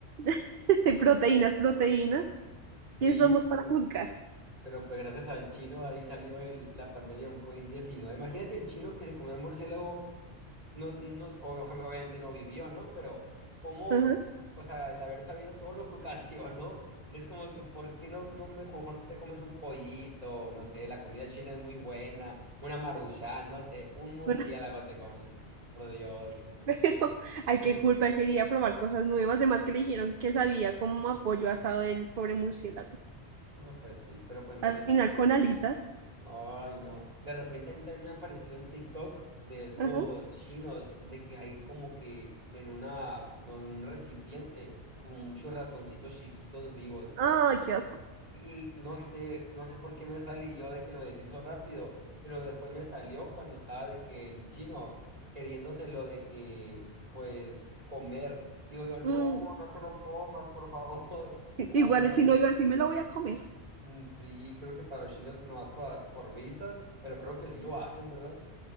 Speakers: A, on the right (about 55°); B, on the right (about 35°).
A: <laughs> Proteínas, proteína.
B: sí,
A: ¿Quién somos
B: pues,
A: para juzgar?
B: pero pues gracias al chino ahí salió el- la pandemia de un covid diecinueve Imagínate el chino que se comió el murciélago. no, no, o- obviamente no vivió, ¿no? Pero cómo,
A: Ajá.
B: o sea, el haber sabido todo lo que <laughs> ocasionó, es como que, ¿por qué no, no me- mejor no te comes un pollito? No sé, la comida china es muy buena, una maruchan, no sé, un murciélago
A: Bueno,
B: te comes, por Dios.
A: <laughs> pero hay
B: Ujú.
A: que culpa, él quería probar cosas nuevas. Además que le dijeron que sabía como a pollo asado del pobre murciélago.
B: No, pues sí, pero pues mínimo.
A: Al final con alitas.
B: Ay, no. De repente a mí también me apareció en TikTok de estos
A: Ajá.
B: chinos, de que hay como que en una, no sé, en un recipiente, como muchos ratoncitos chiquitos vivos.
A: Ay, qué asco.
B: Y no sé, no sé por qué me salí yo de que lo deslizo rápido, pero después me salió cuando estaba de que el chino queriéndose lo de que, pues, comer. Digo yo, no,
A: Mm.
B: no te lo comas, por favor. <laughs> Ay,
A: Igual el chino
B: no.
A: iba a decir, me lo voy a comer.
B: Mm, Sí, creo que para los chinos nomás por, por vistas, pero creo que sí lo hacen, ¿verdad?